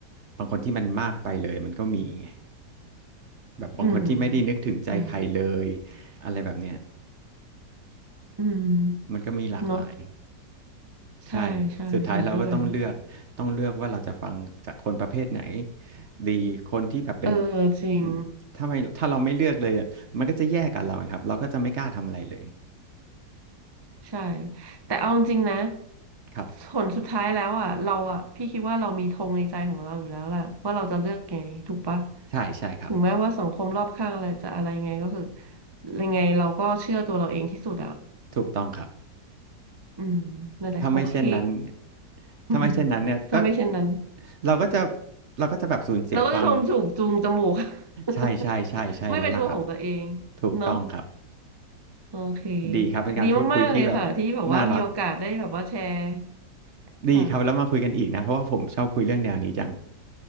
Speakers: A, on the right (about 50°); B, on the right (about 25°).
A: บางคนที่มันมากไปเลยมันก็มีไงแบบบางคนที่ไม่ได้นึกถึงใจใครเลย
B: อืมใช่
A: อะไรแบบเนี้ย
B: อืม
A: มันก็มีหลากหลาย
B: เนาะใช่ใช่เห็นด้วย
A: ใช่ สุดท้ายเราก็ต้องเลือกต้องเลือกว่าเราจะฟังจากคนประเภทไหนดีคนที่แบบเป็น
B: เออจริง
A: อืมถ้าไม่ถ้าเราไม่เลือกเลยอะมันก็จะแย่กับเราครับเราก็จะไม่กล้าทำอะไรเลย
B: ใช่แต่เอาจริงๆนะ
A: ครับ
B: ผลสุดท้ายแล้วอ่ะเราอ่ะพี่คิดว่าเรามีธงในใจของเราอยู่แล้วแหละว่าเราจะเลือกไงถูกปะ
A: ใช่ใช่ครับ
B: ถึงแม้ว่าสังคมรอบข้างอะไรจะอะไรไงก็คือยังไงเราก็เชื่อตัวเราเองที่สุดอ่ะ
A: ถูกต้องครับ
B: อืมนั่นแหละโอเค
A: ถ้าไม่เช่นนั้นถ้าไม่เช่นนั้นเนี่ยก็
B: <laughs> ถ้าไม่เช่นนั้น
A: เราก็จะเราก็จะแบบสูญเสียความ
B: เราก็จะโดนจูงจูงจมูก
A: ใช่ใช่ใช่ใช่แล้วล่ะครับ
B: <laughs> ไม่เป็นตัวของตัวเอง
A: ถูกต้องครับ
B: เนาะโอเค
A: ดีครับเป็นการพูดคุยที่แบบ
B: ดีมากๆเลยค่ะที่แบบว่ามีโอกาสได้แบบว่าแชร์
A: น่ารักดีครับแล้วมาคุยกันอีกนะเพราะว่าผมชอบคุยเรื่องแนวนี้จัง
B: ค่ะ